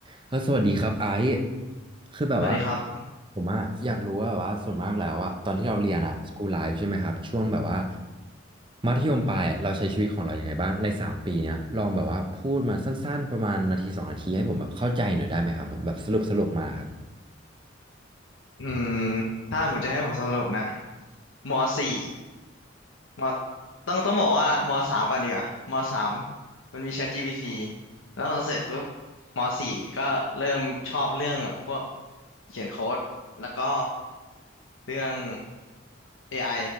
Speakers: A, on the right (about 25°); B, on the left (about 85°).
A: เออสวัสดีครับไอซ์คือแบบว่า
B: สวัสดีครับ
A: ผมอะอยากรู้ว่าแบบว่าส่วนมากแล้วอะตอนที่เราเรียนอะสกูลไลฟ์ใช่ไหมครับช่วงแบบว่ามัธยมปลายเราใช้ชีวิตของเรายังไงบ้างในสามปีเนี้ยลองแบบว่าพูดมาสั้นๆประมาณนาทีสองนาทีให้ผมแบบเข้าใจหน่อยได้ไหมครับผมแบบสรุปสรุปมาครับ
B: อืมถ้าหมดจะให้ผมสรุปนะมสี่ มต้องต้องบอกว่ามสามก่อนดีกว่ามสามมันมี ChatGPT แล้วพอเสร็จปุ๊บมสี่ก็เริ่มชอบเรื่องแบบพวกเขียนโค้ดแล้วก็เรื่อง AI